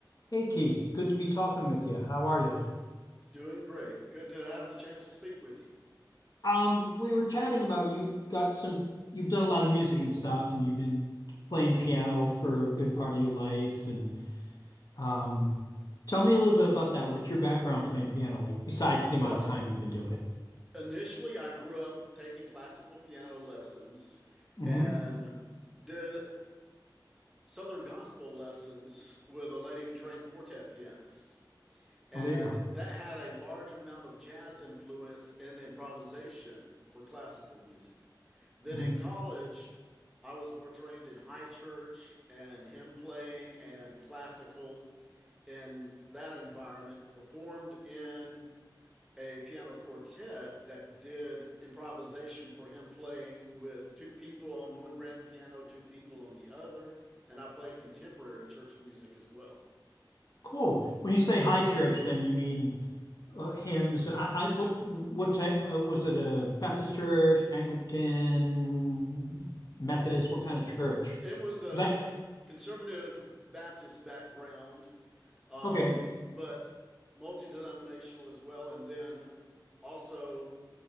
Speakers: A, on the left; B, in the centre.
A: Hey Keith, good to be talking with you. How are you?
B: Doing great. Good to have the chance to speak with you.
A: Um, we were chatting about you've got some, you've done a lot of music and stuff, and you've been playing piano for a good part of your life. And um, tell me a little bit about that. What's your background playing piano like, besides the amount
B: Well,
A: of time you've been doing it?
B: initially, I grew up taking classical piano lessons
A: hmm
B: and did Southern gospel lessons with a lady who trained quartet pianists. And
A: Oh, there you go.
B: that had a large amount of jazz influence in the improvisation for classical music. Then
A: hmm
B: in college, I was more trained in high church and hymn playing and classical in that environment, performed in a piano quartet that did improvisation for him playing with two people on one grand piano, two people on the other, and I played contemporary church music as well.
A: Cool. When you say high church, then you mean uh, hymns. I, I, what what type uh, was it? A Baptist church, Anglican, Methodist? What kind of church?
B: It was a,
A: 'Cause
B: a conservative Baptist background, um,
A: I, okay.
B: but multi denominational as well, and then also